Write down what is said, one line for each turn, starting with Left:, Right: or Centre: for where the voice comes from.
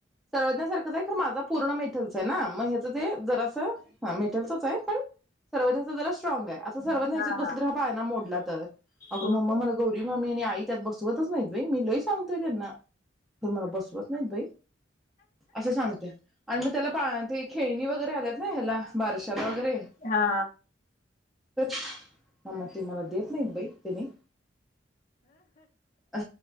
Centre: सर्वज्ञा सारखाच आहे खर माझा पूर्ण मेटेलच आहे ना. मग हेच ते जरा असं मेटल तरच आहे पण जरा आस सर्वज्ञाचा जरा स्ट्रांग आहे. असं सर्वां
Left: हां,
Centre: ह्याच्यात बसल्यावर
Left: हां.
Centre: हा पाळणा मोडणार. तर अगं
Left: हो,
Centre: मम्मा मला गौरी मी आणि आई त्यात बसवतच नाही. मी लय सांगतोय तेना तर, मला बसवत नाही बाई. असं सांगत आणि मी त्याला पा ते खेळणी वगैरे आल्यात ना ह्याला बारशाला वगैरे
Left: हा.
Centre: तर मम्मा ते मला दे. नाहीत बाई तेनी. अ